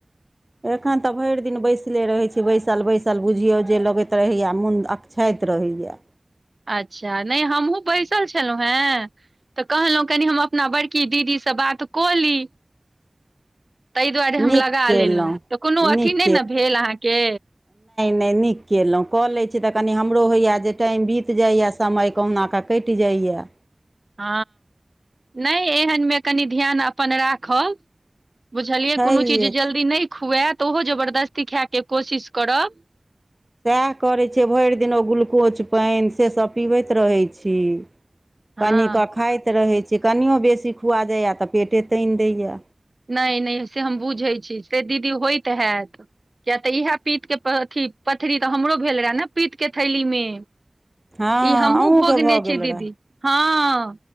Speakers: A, on the right; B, on the right.
A: एखन तऽ भरि दिन बैसले रहै छी बैसल बैस सल बुझियौ जे लगैत रहैए मोन अकछाइत रहैया
B: अच्छा नहि हमहुँ बैसल छलहुँ हें तऽ कहलहुँ कनी हम अपना बड़की दीदी सँ बात बात कऽली तै दुआरे हम
A: नीक
B: लगा
A: केलहुँ
B: लेलौ तऽ कोनो अथी
A: नीक
B: नै न भेल अहाँके
A: नै नीक केलौं कऽ लै छी तऽ कनी हमरो होय या जे टाइम बीत जाइया समय कहुना कऽ कटि जा इया
B: ह नहि एहनमे कनि ध्यान अपन राखब बुझलियै
A: छैहे
B: कोनो चीज जल्दी नहि खुयात तऽ ओहो जबरदस्ती खेय के कोशिश करब
A: सएह करैत छै भरि दिन ओ ग्लुकोज पाइन सेसभ पीबैत रहै छी
B: हँ
A: कनिकँ खाइत रहैत छी कनिओ बेसी खुआ जाइए तऽ पेटे तानि दैए
B: नै नै से हम बुझैत छी, से दीदी होइत हैत किये तऽ यैह प पीत के अथी पथरी तऽ हमरो भेल रहै ने पीतके थैलीमे
A: हँ
B: ई हमहुँ
A: अहूँके
B: भोगने
A: भऽ
B: छी
A: गेल
B: दीदी
A: रहए
B: हँं